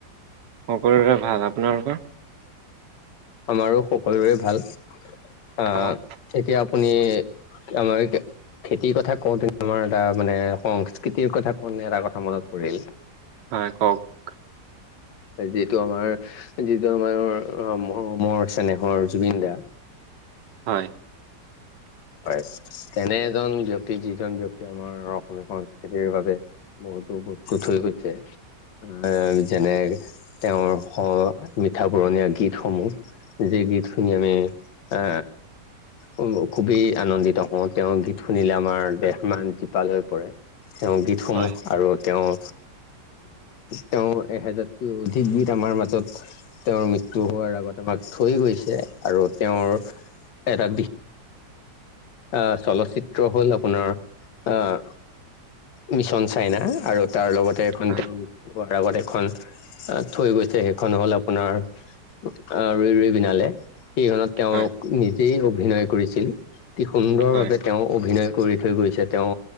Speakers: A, on the right; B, on the left.
A: সকলোৰে ভাল আপোনালোকৰ।
B: আমাৰো সকলোৰে ভাল আহ
A: অ'।
B: এতিয়া আপুনি। আমাৰকে। খেতিৰ কথা কওঁতে আমাৰ এটা মানে সংস্কৃতিৰ কথা কওঁতে এটা কথা মনত পৰিল।
A: ক ক।
B: যিটো আমাৰ যিটো আমাৰ সম। অ মোৰ চেনেহৰ জুবিন দা।
A: হয়।
B: হয়, তেনে এজন ব্যক্তি যিজন ব্যক্তি আমাৰ অসমীয়া সংস্কৃতিৰ বাবে বহু বহু বস্তু থৈ গৈছে। আহ, যেনে তেওঁৰ স মিঠা পুৰণীয়া গীতসমূহ। যি গীত শুনি আমি আ <unintelligible> খুবেই আনন্দিত হওঁ তেওঁৰ গীত শুনিলে আমাৰ দেহ মান জীপাল হৈ পৰে। তেওঁৰ গীতসমূহ
A: হয়।
B: আৰু তেওঁৰ তেওঁ এহেজাৰতকৈ অধিকবিধ আমাৰ মাজত তেওঁৰ মৃত্যু হোৱাৰ আগত তোমাক থৈ গৈছে আৰু তেওঁৰ এটা বিশ আহ, চলচিত্ৰ হ'ল আপোনাৰ আহ মিছন চাইনা আৰু তাৰ লগতে এখন
A: হয়
B: তেওঁ প্ৰতাৰ ৱাৰ আগত এখন থৈ গৈছে সেইখন হ'ল আপোনাৰ অহ ৰৈ ৰৈ বিনালে সেইখনত তেওঁক
A: হয়
B: নিজেই অভিনয় কৰিছিল অতি সুন্দৰভাৱে
A: হয়
B: তেওঁ অভিনয় কৰি থৈ গৈছে তেওঁ